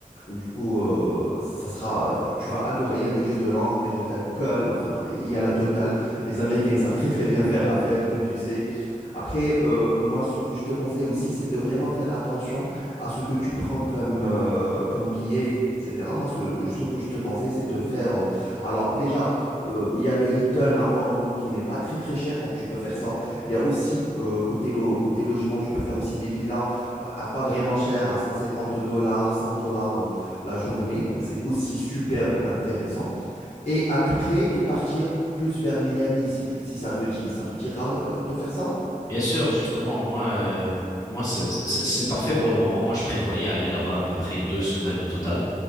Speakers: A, on the left; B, on the left.
A: Du coup, euh, ça sera, tu vas adorer. Il y a des jeux de langue, des jeux d'alcool, enfin, il y a la totale. Les Américains, ils savent très très bien faire la fête, comme tu sais. Après, euh, moi, ce que je te conseille aussi, c'est de vraiment faire attention à ce que tu prends comme, euh, comme billet. etc. Moi, ce, ce que je te conseille, c'est de faire. euh, alors, déjà, euh, il y a le Hilton à Orlando qui n'est pas très très cher, donc tu peux faire ça. Il y a aussi, euh, côté, lo- côté logement, tu peux faire aussi des villas euh, à pas vraiment cher, à 150 dollars, 100 dollars la journée, donc c'est aussi super intéressant. Et après, de partir plus vers Miami, si, tu- si ça te dit. Ça te dira euh, de faire ça?
B: Bien sûr, justement, moi, euh, moi c'est c'est- c'est parfait pour le moment. Moi, je prévoyais aller là-bas à peu près deux semaines au total.